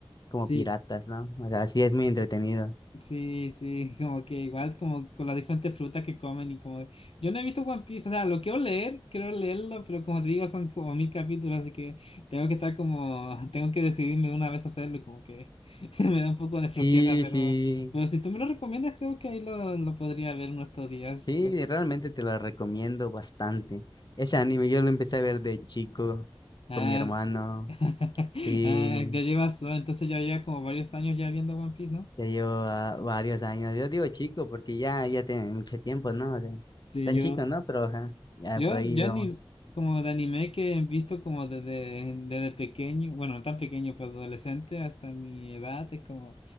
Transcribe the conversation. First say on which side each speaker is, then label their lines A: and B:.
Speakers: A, on the left; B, on the left.
A: como
B: Sí.
A: piratas, ¿no? O sea, sí es muy entretenido.
B: Sí, sí, <laughs> como que igual, como con las diferentes frutas que comen y como... Yo no he visto One Piece, o sea, lo quiero leer, quiero leerlo, pero como te digo, son como mil capítulos, así que tengo que estar como... <laughs> Tengo que decidirme una vez a hacerlo y como que <laughs> me da un poco de flojera,
A: Y
B: pero...
A: sí,
B: Pero si tú me lo recomiendas, creo que ahí lo, lo podría ver en estos días.
A: sí,
B: Los...
A: realmente te la recomiendo bastante. Ese anime yo lo empecé a ver de chico
B: Ah,
A: con mi hermano.
B: es- <laughs>
A: Sí,
B: Ah, ya llevas, entonces ya lleva como varios años ya viendo One Piece, ¿no?
A: ya llevo ah, varios años. Yo digo chico porque ya, ya tiene mucho tiempo, ¿no? O sea,
B: Sí,
A: tan
B: yo...
A: chico, ¿no? Pero ajá, ya
B: Yo,
A: por ahí
B: yo
A: vamos.
B: ni como de anime que he visto como desde, desde pequeño, bueno, no tan pequeño, pero adolescente hasta mi edad, es como